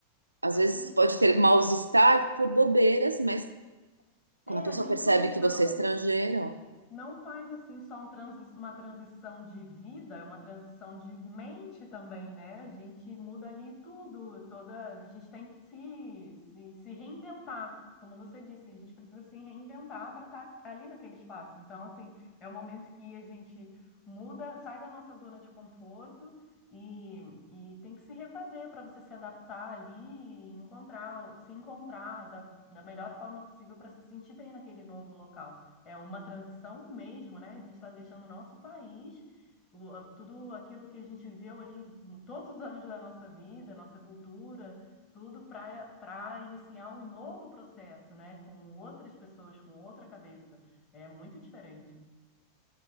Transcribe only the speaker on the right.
Às
vezes
pode ter mal-estar por bobeiras, mas
quando a pessoa
percebe
que você é estrangeiro,